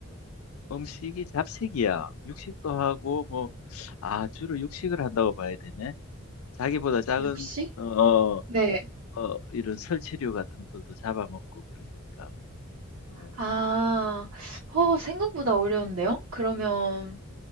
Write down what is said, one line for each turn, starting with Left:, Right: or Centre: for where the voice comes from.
Left: 음식이 잡식이야. 육식도 하고, 뭐, 아, 주로 육식을 한다고 봐야 되네. 자기보다 작은,
Right: 육식?
Left: 어, 어,
Right: 네.
Left: 어, 이런 설치류 같은 것들도 잡아먹고 그러니까. 어.
Right: 아, 어, 생각보다 어려운데요? 그러면,